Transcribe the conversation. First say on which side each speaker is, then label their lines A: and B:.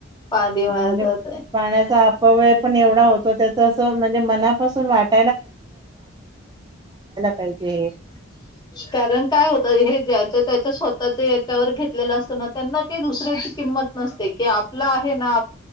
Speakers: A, on the left; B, on the right.
A: पाणी वाया
B: म्हणजे‌
A: जात आहे.
B: पाण्याचा अपव्यय पण एवढा होतो त्, याच असं म्हणजे, मनापासून वाट पाहिजे हे
A: कारण काय होत हे ज्याच्याऽऽऽ त्यातच होत ग ते याच्यावर घेतले असतो ना, त्यांना काही दुसऱ्याची किंमत नसते, क की आपला आहे नाऽऽ